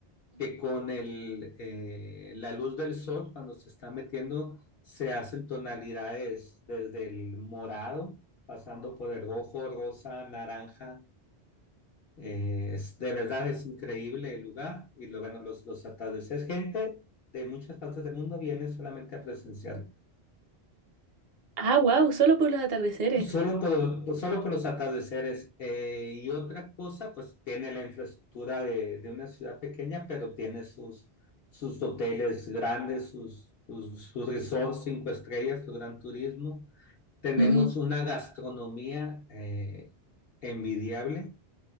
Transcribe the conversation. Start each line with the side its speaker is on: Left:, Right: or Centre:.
Left: que con el, eh, la luz del sol, cuando se está metiendo, se hacen tonalidades desde el morado, pasando por el rojo, rosa, naranja. Eh, es, de verdad es increíble el lugar y lo, bueno, los, los atardeceres. Gente de muchas partes del mundo viene solamente a presenciarlo.
Right: Ah, wow, solo por los atardeceres.
Left: pues, Solo por, solo por los atardeceres. eh, y otra cosa, pues tiene la infraestructura de, de una ciudad pequeña, pero tiene sus, sus hoteles grandes, sus, sus, sus resorts cinco estrellas, su gran turismo. Tenemos
Right: Ujú,
Left: una gastronomía eh, envidiable.